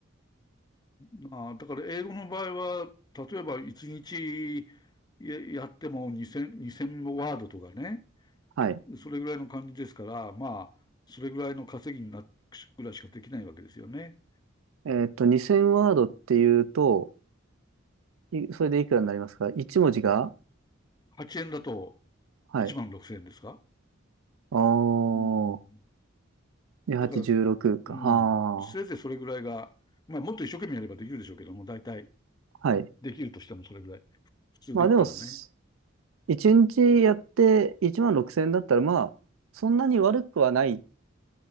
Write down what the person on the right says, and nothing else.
はい。
えっと、2000ワードっていうと、いそれでいくらになりますか ?1 文字が、
はい。
あー、
2816か。
は
ー。はい。
まあでも、そ1日やって1万6000円だったら、まあ、そんなに悪くはない